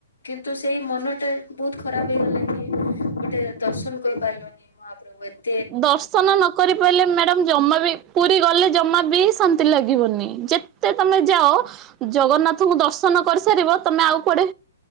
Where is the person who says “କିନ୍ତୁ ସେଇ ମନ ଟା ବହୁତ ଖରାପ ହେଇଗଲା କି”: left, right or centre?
Left